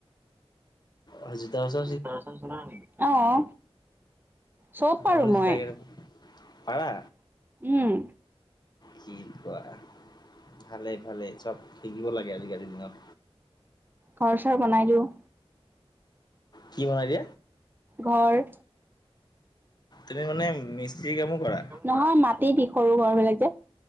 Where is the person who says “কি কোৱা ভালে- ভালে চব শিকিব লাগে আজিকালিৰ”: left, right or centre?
Left